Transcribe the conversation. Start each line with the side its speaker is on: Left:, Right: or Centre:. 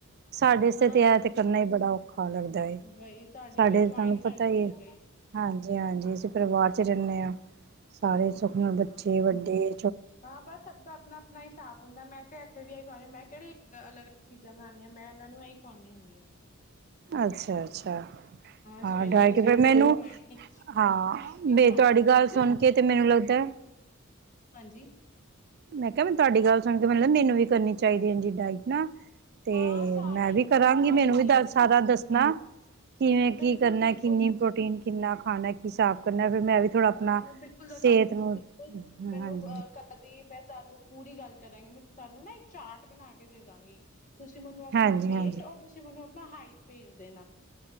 Right: ਸਾਡੇ ਵਾਸਤੇ
Left: ਹਾਂ
Right: ਤੇ, ਐ ਤੇ ਕਰਨਾ ਹੀ ਬੜਾ ਔਖਾ ਲੱਗਦਾ ਐ,
Left: ਬਈ ਤੁਹਾਡੀ
Right: ਸਾਡੇ
Left: ਫਿਰ ਜੁਆਇੰਟ
Right: ਤੁਹਾਨੂੰ ਪਤਾ
Left: ਫੈਮਿਲੀ
Right: ਹੀ ਹੈ
Left: ਹੋ ਗਈ
Right: ਹਾਂਜੀ- ਹਾਂਜੀ। ਪਰਿਵਾਰ 'ਚ ਰਹਿੰਨੇ ਆ। ਸਾਰੇ ਸੁਖ
Left: ਹਾਂ
Right: ਨਾਲ, ਬੱਚੇ-ਵੱਡੇ
Left: ਹਾਂ, ਬਸ ਸਭ ਦਾ ਅਪਨਾ- ਅਪਨਾ ਹਿਸਾਬ ਹੁੰਦਾ ਏ। ਮੈਂ, ਤੇ ਮੈਂ ਇਥੇ ਵੀ ਏਹੀ ਖਵਾਣੀ ਹਾ, ਮੈਂ ਕਿਹੜੀ ਅਲੱਗ- ਅਲੱਗ ਚੀਜ਼ਾਂ ਬਣਾਂਨੀ ਆ, ਮੈਂ ਇਹਨਾ ਨੂੰ ਇਹੀ ਖਵਾਂਨੀ ਹੁੰਨੀ ਆ
Right: ਅੱਛਾ-ਅੱਛਾ। ਹਾਂ,
Left: ਸਵੇਰੇ
Right: ਡਰਾਕੇ
Left: ਅਗਰ ਸੈਂਡਵਿਚ
Right: ਫ ਮੈਨੂੰ
Left: ਬਣਾਏ ਇਹਨਾਂ
Right: ਹਾਂ
Left: ਨੂੰ ਵੀ ਇੱਕ ਇੱਕ
Right: ਬ
Left: ਸੈਂਡ
Right: ਤੁਹਾਡੀ ਗੱਲ
Left: ਕਿਉਂਕਿ ਉਹ
Right: ਸੁਣ ਕੇ ਤੇ ਮੈਨੂੰ ਲੱਗਦਾ <inaudible>
Left: ਹਾਂਜੀ।
Right: ਮੈਂ ਕਿਹਾ, ਮੈਂ ਤੁਹਾਡੀ ਗੱਲ ਸੁਣ ਕੇ ਮੈਨ ਮੈਨੂੰ ਵੀ ਕਰਨੀ ਚਾਹੀਦੀ ਏਂਜ ਹੀ ਡਾਇਟ ਨਾ ਤੇ,
Left: ਹਾਂ ਸਾਰਿਆਂ
Right: ਮੈਂ ਵੀ
Left: ਨੂੰ
Right: ਕਰਾਂਗੀ
Left: ਕਰਨੀ ਚਾਹੀਦੀ
Right: ਮੈਨੂੰ ਵੀ ਦ,
Left: ਹੈ
Right: ਸਾਰਾ- ਦੱਸ ਨਾ, ਕਿਵੇਂ
Left: ਬਿਲਕੁਲ
Right: ਕੀ ਕਰਨਾ
Left: ਬਿਲਕੁਲ
Right: ਕਿੰਨੀ ਪ੍ਰੋਟੀਨ ਕਿੰਨਾ ਖਾਣਾ ਸਾਫ ਕਰਨਾ ਮੈਂ ਵੀ ਥੋੜ੍ਹਾ
Left: ਹਾਂ
Right: ਆਪਣਾ
Left: ਮੈਂ ਬਿਲਕੁਲ ਦੱਸਾਂਗੀ
Right: ਸਿਹਤ
Left: ਤੁਸੀਂ
Right: ਨੂੰ
Left: ਬਿਲਕੁਲ ਮੈਨੂੰ
Right: ਹਾਂਜੀ
Left: ਅ ਕਾਹਦੀ ਮੈਂ, ਤੁਹਾਨੂੰ ਪੂਰੀ ਗੱਲ ਕਰਾਂਗੀ ਮੈਂ ਤੁਹਾਨੂੰ ਨਾ ਇੱਕ ਚਾਰਟ ਬਣਾ ਕੇ ਦੇ ਦਾਂਗੀ। ਤੁਸੀਂ ਮੈਨੂੰ ਆਪਣਾ
Right: ਹਾਂਜੀ
Left: ਵੇਟ
Right: ਹਾਂਜੀ
Left: ਔਰ ਤੁਸੀਂ ਮੈਨੂੰ ਮੈਂ ਹਾਈਟ ਭੇਜ ਦੇਣਾ ਨਾ